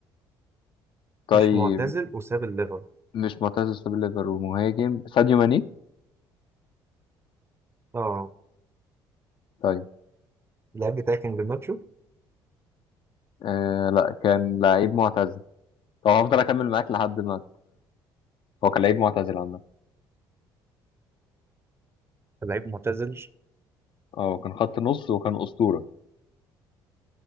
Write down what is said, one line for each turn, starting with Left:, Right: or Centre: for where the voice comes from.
Left: طيب
Right: مش معتزل وساب الليفر
Left: مش معتزل ساب الليفر ومهاجم ساديو ماني
Right: اه
Left: طيب
Right: اللعيب بتاعي كان جرناتشو
Left: آه لا كان لعيب معتزل طب هفضل اكمل معاك لحد ما هو كان لعيب معتزل عامة
Right: اللعيب معتزل
Left: اه كان خط نص وكان اسطورة